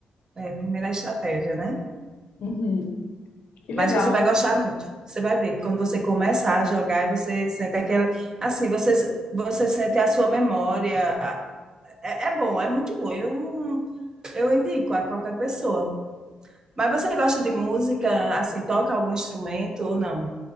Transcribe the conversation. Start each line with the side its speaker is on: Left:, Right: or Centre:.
Right: é, primeira estratégia, né?
Left: Uhum, que legal.
Right: Mas você vai gostar muito. Você vai ver. Quando você começar a jogar, aí você sente aquela. Assim, você, você sente a sua memória. É, é bom, é muito bom. Eu, não- eu indico a qualquer pessoa. Mas você gosta de música, assim, toca algum instrumento ou não?